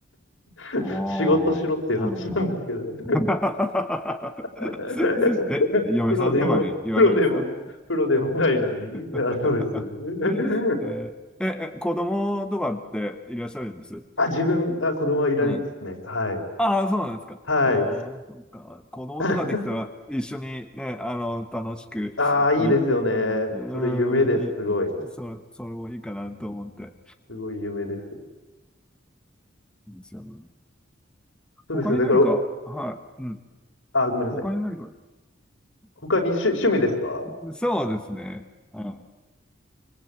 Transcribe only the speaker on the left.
<laughs>
仕事しろっていう話なんですけど
<laughs>
プロでも、プロでもね、プロでもないのに、
あ、そうです。<laughs>
あ、自分、あ、子供はいないですね。
はい。
はい。
<laughs>
ああ、いいですよね。
それ夢です。
すごい。
すごい夢です。
そうです。
だから、
あ、ごめんなさい。
他に趣、趣味ですか